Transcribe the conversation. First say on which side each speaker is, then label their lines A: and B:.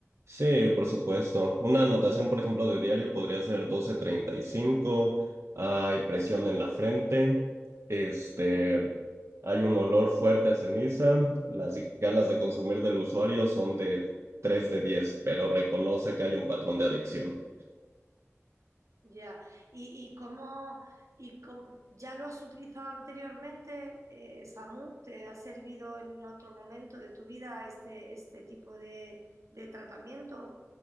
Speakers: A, on the right; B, on the right.
A: Sí, por supuesto. Una anotación, por ejemplo, de diario podría ser doce treinta y cinco hay presión en la frente, este,
B: Ya,
A: hay un olor fuerte a ceniza, las ganas de consumir del usuario son de tres de diez pero reconoce que hay un patrón de adicción.
B: ya. ¿Y, y cómo, y cómo- ya lo has utilizado anteriormente, eh, Samu? ¿Te ha servido en otro momento de tu vida este, este tipo de, de tratamiento?